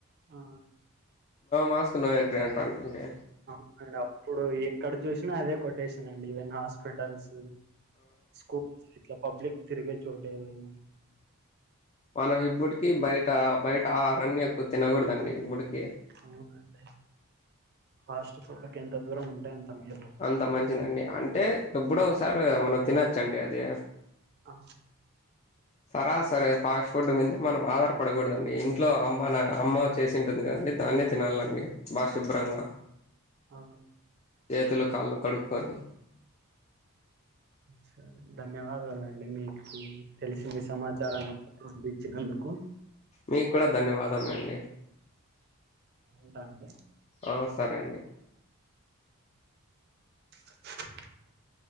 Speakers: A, on the right; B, on the left.
A: ఆ
B: మాస్క్ నో ఎంట్రీ అంటారండి
A: అవునండి అప్పుడు ఎక్కడ చూసినా అదే కొటేషన్ అండి ఈవెన్ హాస్పిటల్స్ స్కూల్ ఎల్లే పబ్లిక్ తిరిగే చోట ఏదైనా
B: మనం ఇప్పుటికి బయట బయట ఆహారాన్ని ఎక్కువ తినకూడదండి ఇప్పుడుకి
A: అవునండి ఫాస్ట్ ఫుడ్ కెంత దూరం ఉంటె అంత మేలు
B: అంత మంచిదండి అంటే ఎబ్బుడో ఒగసారి మనం తినొచ్చండి అది
A: ఆ
B: సరాసరి ఫుడ్డు మీందే మనం ఆధార పడకూడదండి ఇ ఇంట్లో అమ్మ నా అమ్మ చేసింటుంది కదండి దాన్నే తినాలండి బాగా శుభ్రంగా
A: ఆ
B: చేతులు కాళ్ళు కడుక్కొని
A: సరెధన్యవాదాలు అంటే మీకు తెలిసింది సమాచారాన్ని పంపించినందుకు
B: మీకు కూడా ధన్యవాదం అండి
A: ఉంటానండి
B: ఆ సరే అండి
A: <inaudible>